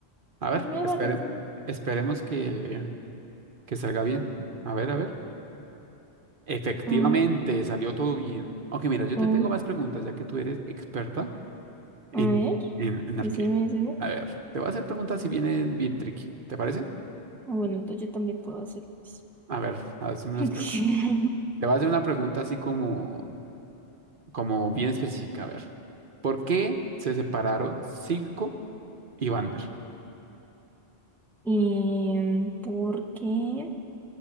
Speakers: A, on the right; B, in the centre.
A: A ver,
B: Me
A: espere-
B: parece loco.
A: esperemos que. Que salga bien. A ver, a ver. Efectivamente,
B: Ah,
A: salió todo bien. Aunque mira, yo
B: oh,
A: te tengo más preguntas, ya que tú eres experta en,
B: a ver,
A: en, en
B: decime,
A: Arcane.
B: decime.
A: A ver, te voy a hacer preguntas si vienen bien tricky. ¿Te parece?
B: Ah, bueno, entonces yo también puedo hacer más.
A: A ver, hazme unas
B: <laughs>
A: preguntas. Te voy a hacer una pregunta así como, como bien específica. A ver, ¿por qué se separaron Silco y Vander?
B: ¿Y por qué?